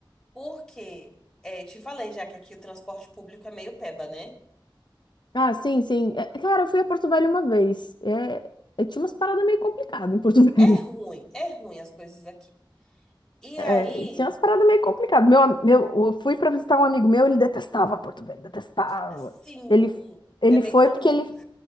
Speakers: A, in the centre; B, on the left.
A: Porque, é, te falei já que aqui o transporte público é meio peba, né?
B: Ah, sim, sim. É, cara, eu fui a Porto Velho uma vez. É, é, tinha umas paradas meio complicadas em Porto <laughs> Velho.
A: É ruim, é ruim as coisas aqui. E
B: É,
A: aí,
B: tinha umas paradas meio complicadas. Meu, am- meu, eu fui pra visitar um amigo meu, ele detestava Porto Velho, detestava.
A: assim,
B: Ele, ele
A: é bem
B: foi
A: comum.
B: porque ele,